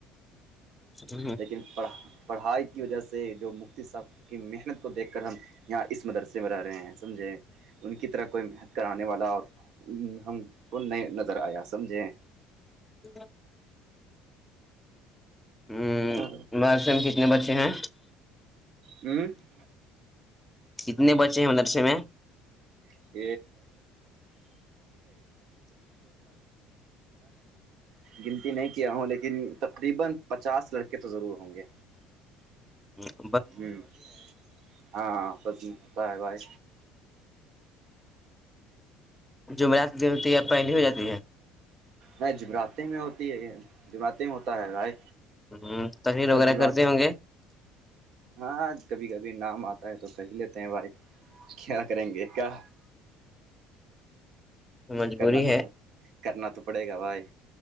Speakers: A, in the centre; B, on the right.
A: ہ
B: لیکنڑھ پڑھائی کی وجہ سے جو مفتی صاح کی محنت کو دیکھ کر ہم یہاں اس مدرسے میں رہ رہے ہیں سمجھے ان کی طرح کوئی محنت کرانے والا اور ہم کو نہیں نظر آیا سمجھیں
A: ج <inaudible> مدرسے
B: ہ
A: میں کتنے بچے ہیں
B: ہوں <inaudible>
A: اتنے بچے ہیں م نرسے میں
B: <inaudible> گنتی نہیں کیا ہوں لیکن پچاس لڑکے تو ضرور ہوں گے
A: ہ <inaudible>
B: جی <inaudible> ہاں بس بھی ہوتا ہے بھائی
A: جمعرات جو ہوتی ہے پہلی ہو جاتی ہے
B: نہیں جمراتے میں ہوتی ہے جمراتے میں ہوتا ہے بھائی
A: ہ تش وغیرہ
B: جمرات
A: کرتی م گے
B: ہاں کبھی کبھی نام آتا ہے تو کہ ہی لیتے ہیں بھائی کیا کریں گے کیا
A: مجبوری
B: کرنا توپ
A: ہے
B: کرنا تو پڑے گا و یہ